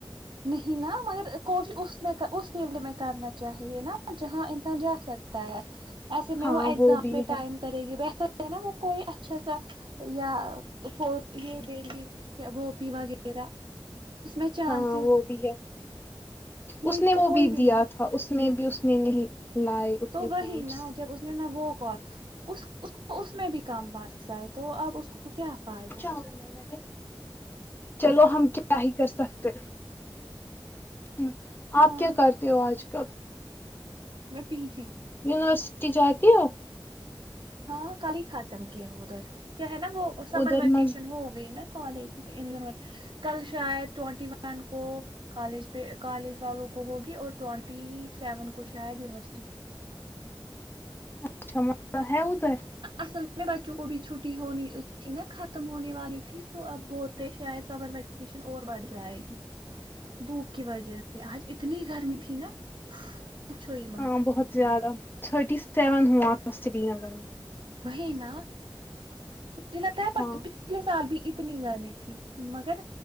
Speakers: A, on the right; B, on the left.
A: نہیں نا مگر کوشش اس میں اس فیلڈ میں کرنا چاہیے نا جہاں انسان جاسک تا ہے ایسے میں
B: ہاں
A: وہ ایگزام
B: بھی
A: میں ٹائم
B: ہے
A: کرے گی بہتر ہے نا وہ کوئی اچھا سا یا فورتھ یہ دے گی وہ پیوا میرا اس میں چانس
B: ہاں وہ بھی ہے
A: نیٹ
B: اس نے
A: تو
B: وہ
A: کوئی بھی
B: دیا
A: نہیں
B: تھا اس میں بھی اس نے نہیں لائے اتنے
A: تو وہی
B: پوائنٹس
A: نا جب اس نے نا وہ کا اس کو اس میں بھی کم مارکس ائے تو اب اس کو کیا فائدہ ہے
B: چلنے میں بھی چلو ہم کیا ہی کر سکتے وں
A: ہاں
B: آپ کیا کر تے ہو آج کل
A: میں پی جی
B: یونیورسٹی جاتی ہو
A: ہاں کل ہی ختم کیا ادھر کیا ہے نا وہ سمر
B: ادھر
A: ویکیشن
B: مز
A: ہو گئی نا کالج میں انی وان کل شاید ٹوینٹی ون کو کالج پہ کالج والوں کو ہوگی اور ٹوئنٹی سیون کو شاید یونیورسٹی
B: اچھا م <unintelligible> ہے ادھر
A: اصل میں بچوں کو بھی چھٹی ہونی تھی نہ ختم ہونے والی تھی تو اب بول کے شاید سمر وکیشن اور بڑھ جائے گی دھوپ کی وجہ سے آج اتنی گرمی تھی نا پوچھو ہی مت
B: ہاں بہت زیادہ تھرٹی سیون ہوا سری نگر میں
A: وہی نا <unintelligible> پچھلے
B: ہاں
A: سال بھی اتنی گرمی تھی مگر